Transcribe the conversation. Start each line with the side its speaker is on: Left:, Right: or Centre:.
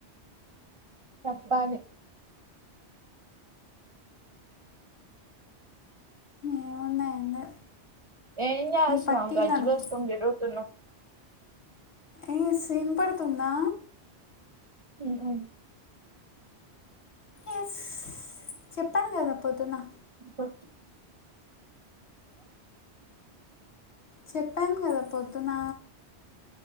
Right: చెప్పాలి
Left: ఏమున్నాయి ఏంది?
Right: ఏం చేస్తునావ్
Left: నీ పట్టీలు
Right: గజ్జలేసుకొని
Left: అనుకో
Right: తిరుగుతున్నా
Left: ఏ సీన్ పతున్నా
Right: ఊ అను
Left: ఎస్ చెప్పాను కదా పొద్దున్న
Right: ఆ
Left: చెప్పాను కదా పొద్దున్న